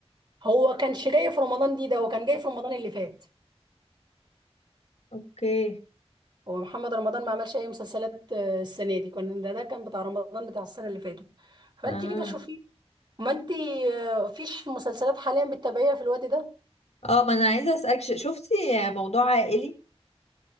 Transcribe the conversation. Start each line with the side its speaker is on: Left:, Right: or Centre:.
Right: هو كانش جاي في رمضان دي ده هو كان جاي في رمضان اللي فات
Left: اوكي
Right: هو محمد رمضان ما عملش اي مسلسلات آه، السنه دي كان ده ده كان بتاع رمضان بتاع السنه اللي فاتت فانت
Left: اه
Right: كده شوفي ما انت آه، فيش مسلسلات حاليا بتتابعيها في الوقت ده
Left: اه ما انا عايزه اسالك ش- شفتي موضوع عائلي